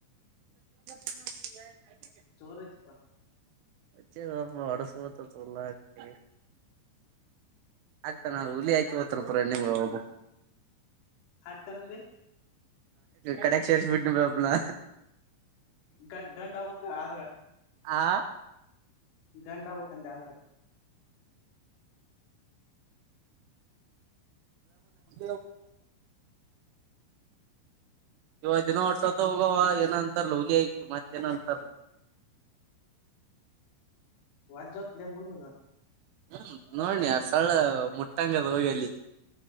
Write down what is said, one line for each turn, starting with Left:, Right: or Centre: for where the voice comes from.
Right: <inaudible>
Left: ಜೋರ ಆಯ್ತಪ್ಪಾ
Right: ಚ್ಚೆ ಸ್ವಲ್ಪ ಹೊಡಸತಲ್ಲಾ <unintelligible> ಹಾ ಆಗ್ತ ನಾನು ಹುಲಿ ಹಾಕಿ ತಪರ ನಿಮ್ಗ ಒಬ್ಬ
Left: ಆಗ್ತಾನಂದಿ
Right: ಕಡಕ್ ಸ ಬಿಟ್ಟ ಬಪನ
Left: ಗಂಡ ಗಂಡ್ ಹಕ್ಕ ಆದ್ರ
Right: ಆ
Left: ಗಂಡ ಹಬಕಂತ ಆದ್ರೆ
Right: <unintelligible> ಇವ ದಿನ ಒಟ್ಟತ ಹೋಗವ ಏನ ಅಂತಾರಲ ಹುಲಿಕ ಮತ್ತ ಏನ ಅಂತಾರಲ
Left: ವಜಜತ್ಲ ಮುಂದ ದದ
Right: ಹ್ಮ್ ನೋಡ್ನಿ ಆ ಸಳ ಮುಟ್ಟಂಗದ್ ಹೋಗಿ ಅಲ್ಲಿ